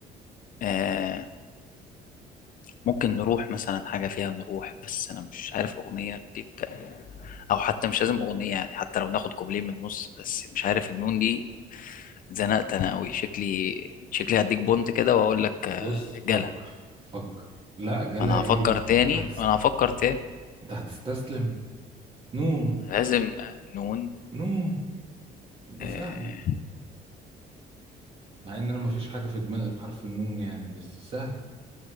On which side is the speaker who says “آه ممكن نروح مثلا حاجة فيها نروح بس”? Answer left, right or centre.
Left